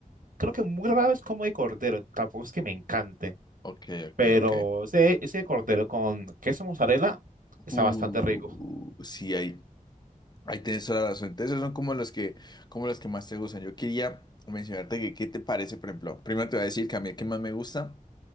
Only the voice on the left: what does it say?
ok, ok,
ok.
Uh,
sí, hay. Ahí tienes toda la razón. Entonces, esos son como los que, como los que más te gustan. Yo quería mencionarte que, qué te parece, por ejemplo. Primero te voy a decir que a mí el que más me gusta